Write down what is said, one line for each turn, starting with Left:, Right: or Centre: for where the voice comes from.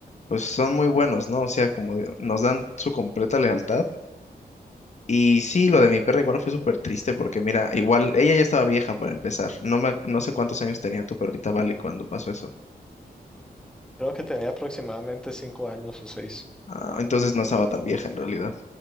Left: pues son muy buenos, ¿no? O sea, como de- nos dan su completa lealtad. Y sí, lo de mi perra igual fue súper triste porque mira, igual ella ya estaba vieja para empezar. No me, no sé cuántos años tenía tu perrita Vale cuando pasó eso.
Centre: Creo que tenía aproximadamente cinco años o seis.
Left: Ah, entonces no estaba tan vieja en realidad.